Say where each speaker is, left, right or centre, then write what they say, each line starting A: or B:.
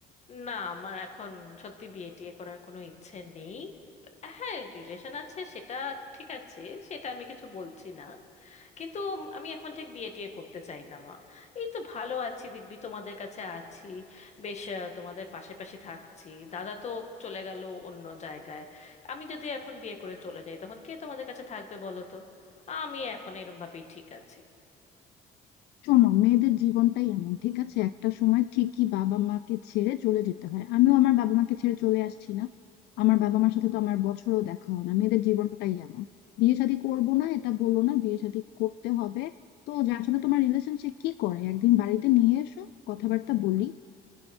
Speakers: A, on the left; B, on the left.
A: না আমার এখন সত্যি বিয়ে টিয়ে করার কোনো ইচ্ছে নেই হ্যাঁ রিলেশন আছে সেটা ঠিক আছে সেটা আমি কিছু বলছি না কিন্তু আমি এখন ঠিক বিয়ে টিয়ে করতে চাই না মা এই তো ভালো আছি দিব্যি তোমাদের কাছে আছি বেশ আহ, তোমাদের পাশে পাশে থাকছি দাদা তো চলে গেল অন্য জায়গায় আমি যদি এখন বিয়ে করে চলে যাই তখন কে তোমাদের কাছে থাকবে বলো তো আমি এখন এরম ভাবেই ঠিক আছি
B: শোনো মেয়েদের জীবনটাই এমন ঠিক আছে একটা সময় ঠিকই বাবা মাকে ছেড়ে চলে যেতে হয় আমিও আমার বাবা মাকে ছেড়ে চলে আসছি না আমার বাবা মার সাথে তো আমার বছরও দেখা হয় না মেয়েদের জীবনটাই এমন বিয়ে শাদী করবো না এটা বলো না বিয়ে শাদী করতে হবে তো যার সাথে তোমার রিলেশন সে কি করে একদিন বাড়িতে নিয়ে এসো কথাবার্তা বলি